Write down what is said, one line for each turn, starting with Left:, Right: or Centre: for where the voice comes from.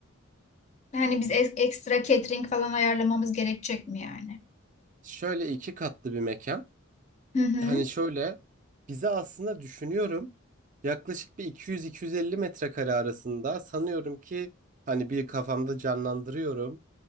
Left: hani biz es- ekstra catering falan ayarlamamız gerekecek mi yani?
Right: şöyle iki katlı bir mekan.
Left: Hı hı
Right: hani şöyle bize aslında düşünüyorum yaklaşık bir 200-250 metrekare arasında sanıyorum ki hani bir kafamda canlandırıyorum.